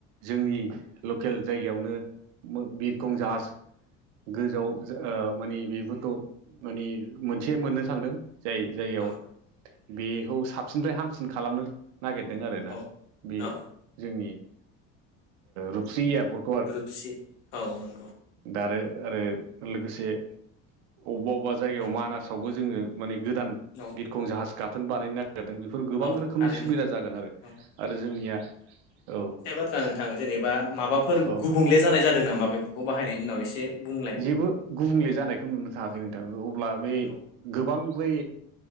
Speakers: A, on the right; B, on the left.
A: जोंनि लकेल जायगायावनो बिरखं जाहाज गोजौआव माने बेफोरखौ माने मोनसे मोननो थांदों जाय जायगायाव
B: औ
A: बेखौ साबसिननिफ्राय हामसिन खालामनो नागिरदों आरोना
B: औ
A: बे
B: औ
A: जोंनि रुपस्रि एयारपर्ट
B: रुपसि औ नंगौ
A: दा आरो आरो लोगोसे अबेबा अबेबा जायगायाव
B: उम
A: मानासावबो जोङो माने गोदान
B: औ
A: बिरखं जाहाज गाथोन बानायनाय जादों बेफोर गोबां
B: औ
A: रोखोमनि
B: थारैनो
A: सुबिदा जागोन आरो
B: औ
A: आरो जोंनिया औ
B: फोरा नोंथां जेनेबा माबाफोर
A: औ
B: गुबुंले जानाय जादों नामा बेफोरखौ बाहायनायनि उनाव एसे बुंलाय बेखौबो
A: जेबो गुबुंले जानायखौ नुनो थाङाखै नोंथां अब्ला बे
B: औ
A: गोबां बै